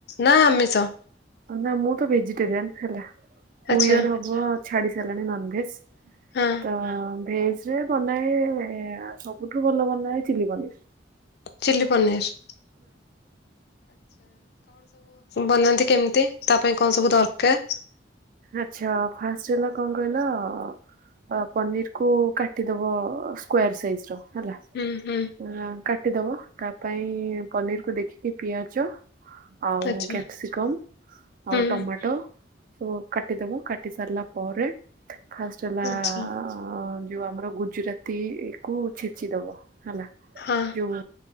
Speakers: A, on the left; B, on the right.
A: ନା ଆମିଷ।
B: ନା ମୁଁ ତ ଭେଜିଟେରିଆନ ହେଲା। ଟୁ
A: ଆଚ୍ଛା
B: ଇୟର ହବ। ଛାଡ଼ିସାରିଲାଣି ନନଭଜ୍।
A: ହଁ
B: ତ। ଭେଜ ରେ ବନାଏ। ସବୁଠୁ ଭଲ ମନ ଚିଲି ପନିର।
A: ଚିଲ୍ଲି ପନୀର୍। ବନାନ୍ତି କେମିତି ତା ପାଇଁ କଣ ସବୁ ଦରକାର?
B: ଆଛା ଫାଷ୍ଟ୍ ହେଲା କଣ କହିଲ ପନିରକୁ କାଟିଦବ ସ୍କ୍ୱୟର୍ ସାଇଜ ର ହେଲା
A: ହୁଁ ହୁଁ
B: କଟ କଟି ଦବା ତା ପାଇଁ ପନିରକୁୁ ଦେଖିକି ପିଆଜ। ଆଉ
A: ଆଚ୍ଛା
B: କ୍ୟାପସିକମ ଆଉ
A: ହୁଁ
B: ଟମାଟୋ। ସ କଟିଦେବ କଟି ସରିଲା ପରେ ଫାଷ୍ଟ ହେଲା
A: ଆଚ୍ଛା
B: ଆ ଆ ଯଉ ଆମର ଗୁଜୁରାତି କୁ ଛେଚିଦବ। ହେଲା
A: ହଁ
B: ଯଉ ହ